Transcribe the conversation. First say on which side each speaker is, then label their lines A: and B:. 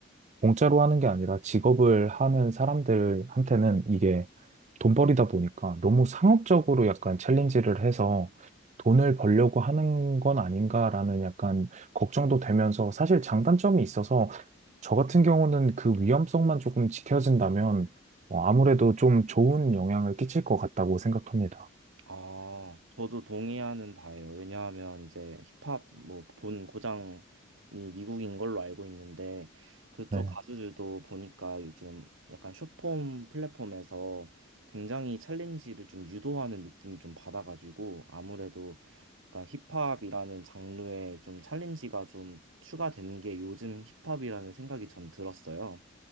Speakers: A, on the right; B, on the right.
A: 공짜로 하는 게 아니라 직업을 하는 사람들한테는 이게 돈벌이다 보니까 너무 상업적으로 약간 챌린지를 해서 돈을 벌려고 하는 건 아닌가라는 약간 걱정도 되면서 사실 장단점이 있어서 저 같은 경우는 그 위험성만 조금 지켜진다면 어, 아무래도 좀 좋은 영향을 끼칠 것 같다고 생각합니다.
B: 아, 저도 동의하는 바예요. 왜냐하면 이제 힙합 뭐 본 고장이 미국인 걸로 알고 있는데 그쪽
A: 네,
B: 가수들도 보니까 요즘 약간 숏폼 플랫폼에서 굉장히 챌린지를 좀 유도하는 느낌이 좀 받아가지고 아무래도 약간 힙합이라는 장르에 좀 챌린지가 좀 추가된 게 요즘 힙합이라는 생각이 전 들었어요.